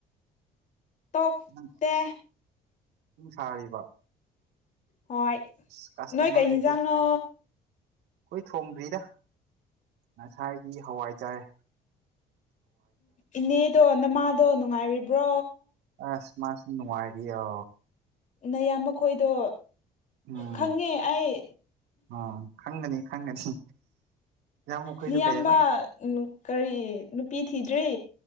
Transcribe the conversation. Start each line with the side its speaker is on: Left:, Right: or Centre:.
Left: ꯇꯣꯛ
Right: ꯅꯪ
Left: ꯇꯦ
Right: <unintelligible> ꯁꯥꯔꯤꯕ
Left: ꯍꯣꯏ
Right: ꯑꯁ ꯀꯁꯇꯃꯔꯒꯗꯤ
Left: ꯅꯣꯏ ꯀꯩ ꯏꯟꯖꯥꯡꯅꯣ
Right: ꯑꯩꯈꯣꯏ ꯊꯣꯡꯗ꯭ꯔꯤꯗ ꯉꯁꯥꯏꯗꯤ ꯍꯋꯥꯏ ꯆꯥꯏꯌꯦ
Left: ꯏꯅꯦꯗꯣ ꯅꯃꯥꯗꯣ ꯅꯨꯡꯉꯥꯏꯔꯤꯕ꯭ꯔꯣ
Right: ꯑꯁ ꯃꯥꯁꯨ ꯅꯨꯡꯉꯥꯏꯔꯤꯌꯣ
Left: ꯅꯌꯥꯝꯕꯈꯣꯏꯗꯣ
Right: ꯎꯝ
Left: ꯈꯪꯉꯦ ꯑꯩ
Right: ꯑꯥ ꯈꯪꯒꯅꯤ ꯈꯪꯒꯅꯤ ꯏꯌꯥꯝꯕ ꯃꯈꯣꯏꯗꯣ
Left: ꯅꯌꯥꯝꯕ
Right: ꯀꯩꯑꯕ
Left: ꯎꯪ ꯀꯔꯤ ꯅꯨꯄꯤ ꯊꯤꯗ꯭ꯔꯤ